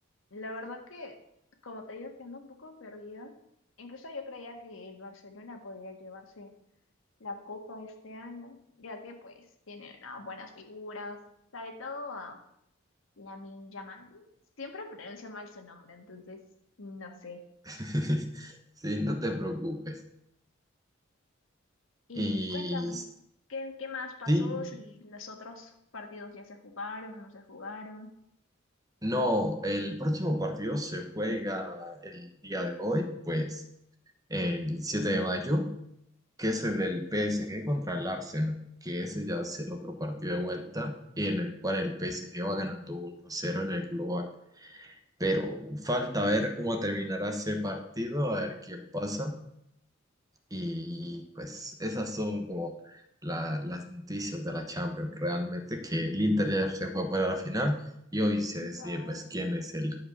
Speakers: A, on the left (about 75°); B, on the right (about 20°).
A: la verdad que, como te digo, que ando un poco perdida. Incluso yo creía que el Barcelona podía llevarse la copa este año, ya que pues tiene ah, buenas figuras, sobre todo a Lamine Yamal. Siempre pronuncio mal su nombre, entonces no sé.
B: <laughs> Sí, no te preocupes.
A: Y
B: Y
A: cuéntame, ¿qué, qué más pasó
B: Sí,
A: si los otros partidos ya se jugaron, no se jugaron?
B: no, el próximo partido se juega el día de hoy, pues el 7 de mayo, que es el del PSG contra el Arsenal, que ese ya es el otro partido de vuelta y en el cual el PSG va ganando uno a cero en el global. Pero falta ver cómo terminará ese partido, a ver quién pasa. Y pues esas son como la- las noticias de la Champions. Realmente que el Inter ya se fue para la final y hoy se decide
A: Vaya.
B: pues quién es el,